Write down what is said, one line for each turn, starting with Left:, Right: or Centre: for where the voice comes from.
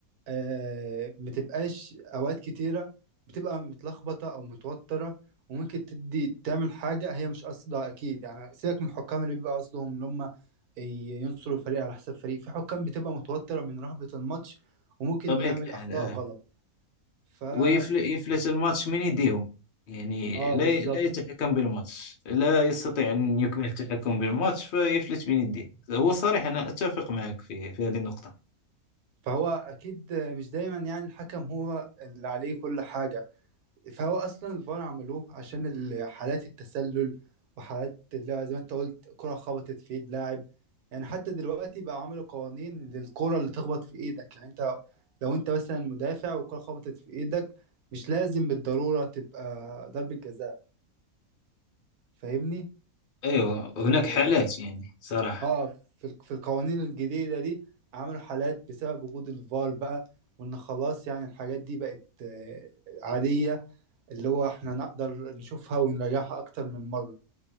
Right: آه ما تبقاش أوقات كتيرة بتبقى متلخبطة أو متوترة وممكن تدي تعمل حاجة هي مش قصدها أكيد يعني سيبك من الحكام اللي بيبقى قصدهم إن هم ي- ينصروا الفريق على حساب فريق في حكام بتبقى متوترة من رهبة الماتش وممكن
Left: طبيعه
Right: يعمل
Left: الحال
Right: أخطاء
Left: اه
Right: غلط فا
Left: ويفلت يفلت الماتش من يديهم يعني
Right: اه
Left: لا
Right: بالظبط
Left: ي- لا يتحكم بالماتش لا يستطيع ان يكمل التحكم بالماتش فيفلت من يديه هو صريح انا اتفق معك في في هذه النقطه
Right: فهو اكيد مش دايما يعني الحكم هو اللي عليه كل حاجه فهو اصلا الفار عملوه عشان ال- حالات التسلل وحالات اللي زي ما انت قلت كره خبطت في ايد لاعب يعني حتى دلوقتي بقى عملوا قوانين للكره اللي تخبط في ايدك يعني انت لو انت مثلا مدافع والكره خبطت في ايدك مش لازم بالضروره تبقى ضربه جزاء فاهمني
Left: ايوه هناك
Right: آه،
Left: حالات يعني صراحه
Right: اه في الق- في القوانين الجديدة دي عملوا حالات بسبب وجود الفار بقى وان خلاص يعني الحاجات دي بقت آه، عادية اللي هو احنا نقدر نشوفها ونريحها اكتر من مرة